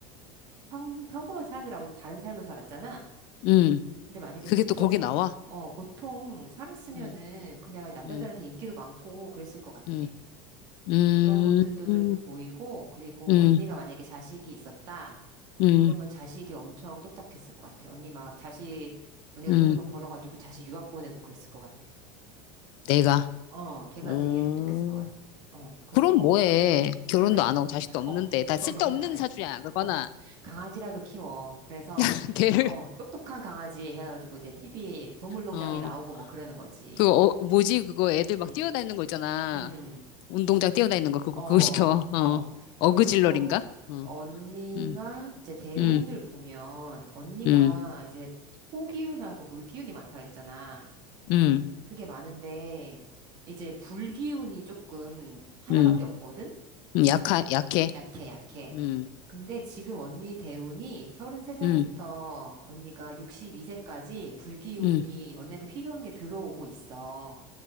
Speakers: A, on the right; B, on the left.
A: 평, 평범한 사람들하고 좀 다른 삶을 살았잖아.
B: 음.
A: 근데 만약에
B: 그게
A: 보통,
B: 또 거기 나와?
A: 어, 보통 살았으면은
B: 음,
A: 그냥 남자들한테
B: 음,
A: 인기도 많고 그랬을 것 같아.
B: 음. 음,
A: 그런 것들도 좀 보이고, 그리고
B: 음,
A: 언니가 만약에 자식이 있었다.
B: 음,
A: 그러면 자식이 엄청 똑똑했을 것 같아. 언니 막 자식, 언니가
B: 음,
A: 돈을 막 벌어가지고 자식 유학 보내고 그랬을 것 같아.
B: 내가.
A: 어, 걔가
B: 음,
A: 되게 똑똑했을 것 같아. 어, 그리고
B: 그럼 뭐해. 결혼도
A: 그러니까 <laughs>
B: 안 하고 자식도 없는데.
A: 어,
B: 다
A: 결혼을
B: 쓸데없는
A: 안 했어.
B: 사주야, 그거나.
A: 어, 강아지라도 키워. 그래서
B: <laughs> 걔를,
A: 어, 똑똑한 강아지 해가지고 이제 TV 동물농장에
B: 어,
A: 나오고 뭐 그러는 거지.
B: 그, 어, 뭐지, 그거 애들
A: 음,
B: 막 뛰어다니는 거 있잖아.
A: 음,
B: 운동장 뛰어다니는 거, 그거,
A: 어,
B: 그거 시켜. 어,
A: 어.
B: 어그질러린가?
A: 그리고 또
B: 어,
A: 언니가
B: 음,
A: 이제 대운을
B: 음,
A: 보면 언니가
B: 음,
A: 이제 토기운하고 물기운이 많다 그랬잖아.
B: 음,
A: 그게 많은데 이제 불기운이 조금 하나밖에
B: 음,
A: 없거든.
B: 음, 약하, 약해.
A: 약해, 약해.
B: 음,
A: 근데 지금 언니 대운이 33살부터
B: 음,
A: 언니가 62세까지 불기운이
B: 음,
A: 언니한테 필요한 게 들어오고 있어.